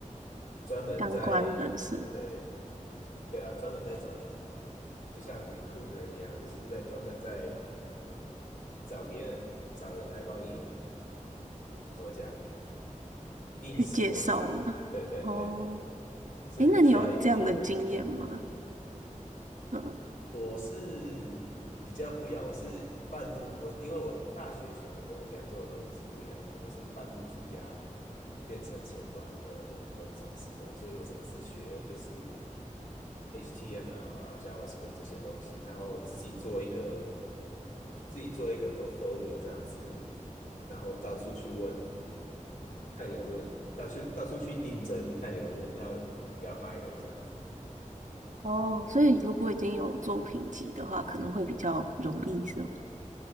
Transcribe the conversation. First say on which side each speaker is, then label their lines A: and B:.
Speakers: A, on the left; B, on the right.
A: 专门在
B: 相关人士
A: 对对啊专门在找，就像 recruiter 一样，就是在专门在找别人找人来帮你怎么讲应试的人啊，
B: 去介绍嘛？
A: 对对对，
B: 哦，
A: 是你需要一个网络。
B: 诶，那你有这样的经验吗？嗯，
A: 我是比较不一样，我是半路，我因为我大学学的跟我现在做的东西是不一样的，我是半路出家变成前端的工程师的，所以我是自学，就是 HTML 啊、JavaScript 这些东西，然后自己做一个自己做一个 portfolio 这样子，然后到处去问，看有没有人到处到处去应征，看有没有人要要 hire 这样子。
B: 哦，所以如果已经有作品集的话，可能会比较容易是吗？